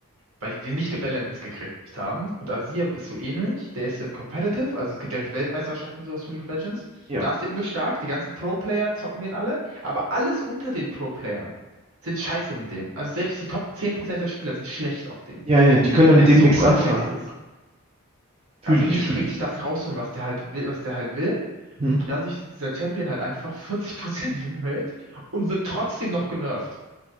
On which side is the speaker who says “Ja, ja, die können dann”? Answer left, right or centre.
Right